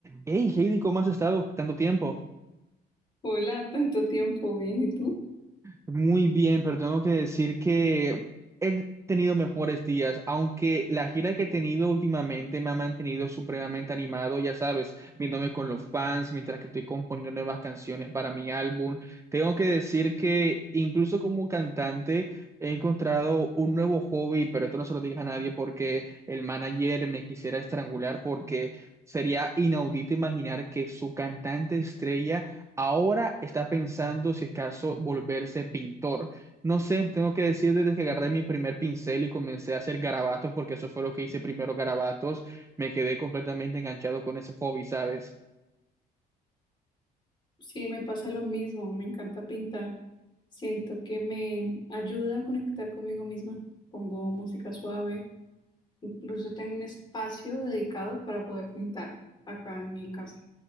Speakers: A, on the right; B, on the left.
A: Hey, Heidi, ¿cómo has estado tanto tiempo?
B: Hola, tanto tiempo, bien, ¿y tú?
A: Muy bien, pero tengo que decir que he tenido mejores días, aunque la gira que he tenido últimamente me ha mantenido supremamente animado, ya sabes, viéndome con los fans mientras que estoy componiendo nuevas canciones para mi álbum. Tengo que decir que incluso como cantante he encontrado un nuevo hobby, pero esto no se lo digas a nadie porque el manager me quisiera estrangular porque sería inaudito imaginar que su cantante estrella Ahora está pensando si es caso volverse pintor. No sé, tengo que decir desde que agarré mi primer pincel y comencé a hacer garabatos, porque eso fue lo que hice primero, garabatos, me quedé completamente enganchado con ese hobby, ¿sabes?
B: Sí, me pasa lo mismo, me encanta pintar. Siento que me ayuda a conectar conmigo misma. Pongo música suave, incluso tengo un espacio dedicado para poder pintar acá en mi casa,